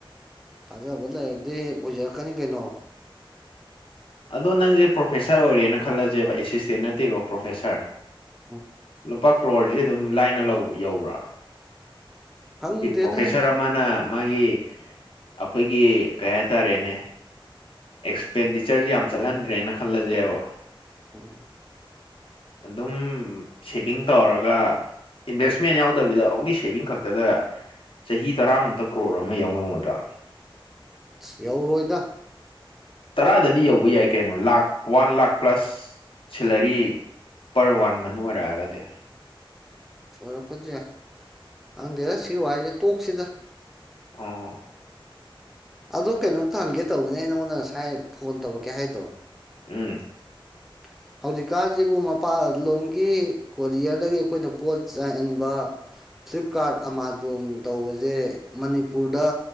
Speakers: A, in the centre; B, on the left.
A: ꯊꯥꯖꯕ ꯂꯩꯔꯗꯤ ꯑꯣꯏꯖꯔꯛꯀꯅꯤ ꯀꯩꯅꯣ
B: ꯑꯗꯣ ꯅꯪꯁꯦ ꯄ꯭ꯔꯣꯐꯦꯁꯔ ꯑꯣꯏꯔꯦꯅ ꯈꯜꯂꯁꯦꯕ ꯑꯦꯁꯤꯁꯇꯦꯟ ꯅꯠꯇꯦꯀꯣ ꯄ꯭ꯔꯣꯐꯦꯁꯔ
A: ꯎꯝ
B: ꯂꯨꯄꯥ ꯀ꯭ꯔꯣꯔꯁꯤꯦ ꯑꯗꯨꯝ ꯂꯥꯏꯅ ꯌꯧꯕ꯭ꯔꯥ
A: ꯈꯪꯗꯦꯗ
B: ꯄ꯭ꯔꯣꯐꯦꯁꯔ
A: ꯑꯩ
B: ꯑꯃꯅ ꯃꯥꯒꯤ ꯑꯩꯈꯣꯏꯒꯤ ꯀꯩ ꯍꯥꯏꯇꯥꯔꯦꯅꯦ ꯑꯦꯛꯁꯄꯦꯟꯗꯤꯆꯔꯁ ꯌꯥꯝ ꯆꯠꯍꯟꯗ꯭ꯔꯦꯅ ꯈꯜꯂꯁꯦꯕ
A: ꯎꯝ
B: ꯑꯗꯨꯝ ꯁꯦꯚꯤꯡ ꯇꯧꯔꯒ ꯏꯟꯚꯦꯁꯃꯦꯟ ꯌꯥꯎꯗꯕꯤꯗ ꯑꯣꯡꯂꯤ ꯁꯦꯚꯤꯡ ꯈꯛꯇꯗ ꯆꯍꯤ ꯇꯔꯥꯃꯨꯛꯇ ꯀ꯭ꯔꯣꯔ ꯑꯃ ꯌꯥꯎꯉꯝꯒꯗ꯭ꯔꯥ
A: ꯑ ꯌꯧꯔꯣꯏꯗ
B: ꯇꯔꯥꯗꯗꯤ ꯌꯧꯕ ꯌꯥꯏ ꯀꯩꯅꯣ ꯂꯥꯛ one lakh plus salary per one ꯃꯟ ꯑꯣꯏꯔꯛꯑꯒꯗꯤ
A: ꯑꯣꯏꯔꯛ ꯐꯁꯦ ꯍꯪꯗꯦꯔ ꯁꯤ ꯋꯥꯁꯦ ꯇꯣꯛꯁꯤꯗ
B: ꯑꯣ
A: ꯍ ꯑꯗꯣ ꯀꯩꯅꯣꯝꯇ ꯍꯪꯒꯦ ꯇꯧꯕꯅꯦ ꯑꯩ ꯅꯉꯣꯟꯗ ꯉꯁꯥꯏ ꯐꯣꯟ ꯇꯧꯔꯛꯀꯦ ꯍꯥꯏꯗꯣ
B: ꯎꯝ
A: <unintelligible> ꯍꯧꯖꯤꯛꯀꯥꯟꯁꯤꯕꯨ ꯃꯄꯥꯟ ꯂꯣꯝꯒꯤ ꯀꯣꯔꯤꯌꯔꯗꯒꯤ ꯑꯩꯈꯣꯏꯅ ꯄꯣꯠ ꯆꯥꯏꯍꯟꯕ ꯐ꯭ꯂꯤꯞꯀꯥꯔꯠ ꯑꯃꯥꯥꯖꯣꯟ ꯇꯧꯕꯁꯦ ꯃꯅꯤꯄꯨꯔꯗ